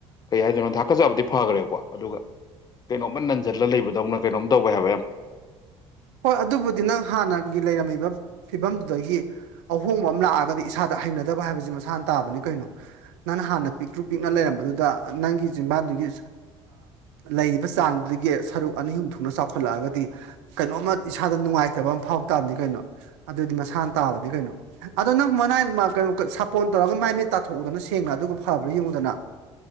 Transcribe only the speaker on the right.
ꯍꯣꯏ ꯑꯗꯨꯕꯨꯗꯤ ꯅꯪ ꯍꯥꯟꯅꯒꯤ ꯂꯩꯔꯝꯃꯤꯕ ꯐꯤꯕꯝꯗꯨꯗꯒꯤ ꯑꯍꯣꯡꯕ ꯑꯃ ꯂꯥꯛꯑꯒꯗꯤ ꯏꯁꯥꯗ ꯍꯩꯅꯗꯕ ꯍꯥꯏꯕꯁꯤ ꯃꯁꯥꯅ ꯇꯥꯕꯅꯤ ꯀꯩꯅꯣ ꯅꯪꯅ ꯍꯥꯟꯅ ꯄꯤꯛꯇ꯭ꯔꯨ ꯄꯤꯛꯅ ꯂꯩꯔꯝꯕꯗꯨꯗ ꯅꯪꯒꯤ‌ ꯆꯤꯟꯕꯥꯟꯗꯨꯒꯤ ꯂꯩꯔꯤꯕ ꯆꯥꯡꯗꯨꯗꯒꯤ ꯁꯔꯨꯛ ꯑꯅꯤ ꯑꯍꯨꯝ ꯊꯣꯛꯅ ꯆꯥꯎꯈꯠꯂꯛꯑꯒꯗꯤ ꯀꯩꯅꯣꯝꯃ ꯏꯁꯥꯗ ꯅꯨꯡꯉꯥꯏꯇꯕ ꯑꯃ ꯐꯥꯎ ꯇꯥꯕꯅꯤ ꯀꯩꯅꯣ ꯑꯗꯨꯏꯗꯤ ꯃꯁꯥꯅ ꯇꯥꯕꯅꯤ ꯀꯩꯅꯣ ꯑꯗꯣ ꯅꯪ ꯃꯅꯥꯏ ꯀꯩꯅꯣ ꯁꯥꯄꯣꯟ ꯇꯧꯔꯒ ꯃꯥꯏ ꯃꯤ ꯇꯥꯊꯣꯛꯎꯗꯅ ꯁꯦꯡꯉ ꯑꯗꯨꯒ ꯐꯕ꯭ꯔꯥ ꯌꯦꯡꯉꯨꯗꯅ